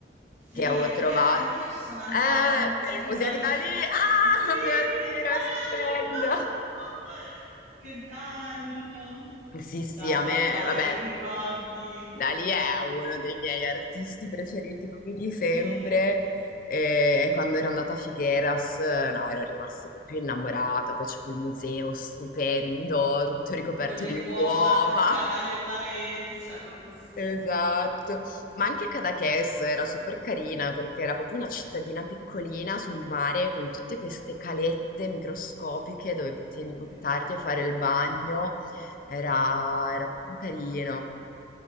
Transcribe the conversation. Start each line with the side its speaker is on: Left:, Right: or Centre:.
Right: Sì,
Left: che avevo
Right: a Figueras
Left: trovato...
Right: anch'io ci sono andata,
Left: Eh,
Right: al museo
Left: per il
Right: di
Left: Museo
Right: Dalì.
Left: di Dalì! Ah,
Right: Sì,
Left: mio
Right: che
Left: Dio,
Right: bello!
Left: è stupendo!
Right: <laughs> Che bello!
Left: Sì, sì,
Right: No,
Left: a me,
Right: vabbè,
Left: vabbè,
Right: che ricordi.
Left: Dalì è uno dei miei artisti preferiti proprio di sempre.
Right: Sì,
Left: E quando ero andata a Figueras, eh, no, ero rimasta proprio innamorata. Poi c'è quel museo stupendo, tutto ricoperto
Right: con le
Left: di
Right: uova
Left: uova.
Right: attaccate alle pareti, cioè è proprio assurdo.
Left: Esatto, ma anche Cadaqués era super carina perché era proprio una cittadina piccolina sul mare con tutte queste calette microscopiche dove potevi buttarti
Right: Che bello.
Left: a fare il bagno, era, era proprio carino.